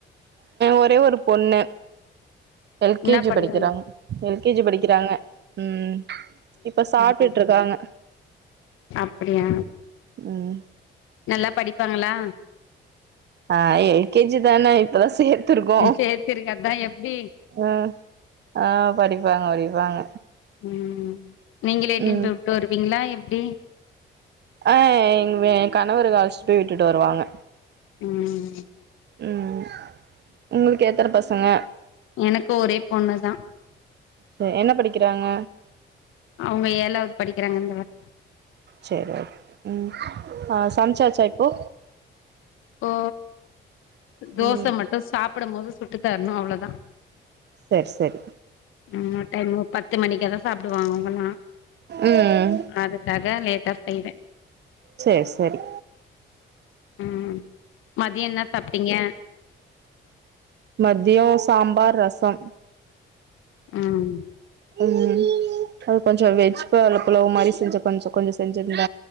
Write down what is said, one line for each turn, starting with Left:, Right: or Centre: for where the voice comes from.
Right: ஒரே ஒரு பொண்ணு எல் கே
Left: என்ன
Right: ஜி
Left: பண்றாங்க
Right: படிக்கிறாங்க எல் கே ஜி படிக்கிறாங்க ம் இப்ப சாப்ட்டுட்டு இருக்காங்க
Left: அப்டியா
Right: ம்
Left: நல்லா படிப்பாங்களா
Right: ஆ எல் கே ஜி தான இப்பதா சேர் த்துருக்கோ
Left: சேத்திருக்க அதா எப்டி
Right: ஆ ஆ படிப்பாங்க படிப்பாங்க
Left: ம் நீங்களே இட்டுன்
Right: ம்
Left: போய் உட்டு வருவீங்களா எப்டி
Right: ஆ எ கணவர் அழச்சிட்டு போய் விட்டுட்டு வருவாங்க
Left: ம்
Right: ம் உங்களுக்கு எத்தன பசங்க
Left: எனக்கு ஒரே பொண்ணுதா
Right: சரி என்ன படிக்கிறாங்க
Left: அவுங்க ஏழாவது படிக்கிறாங்க இந்தவாட்டி
Right: சரி ஓ ம் ஹ சமைச்சாச்சா இப்போ
Left: இப்போ தோச
Right: ம்
Left: மட்டு சாப்படும் போது சுட்டு தரணு அவ்ளதா
Right: சரி சரி
Left: ம்ம டைமு பத்து மணிக்காதா சாப்டுவாங்க அவுங்கல்லா
Right: ம்
Left: அது கத லேட்டா செய்ர
Right: சரி சரி
Left: ம் மதிய என்ன சாப்ட்டீங்க
Right: மதியோ சாம்பார் ரசம்
Left: ம்
Right: ம் அது கொஞ்ச வெஜ் புலாவ்ல புலவு மாரி செஞ்ச கொஞ்ச கொஞ்ச செஞ்சிருந்த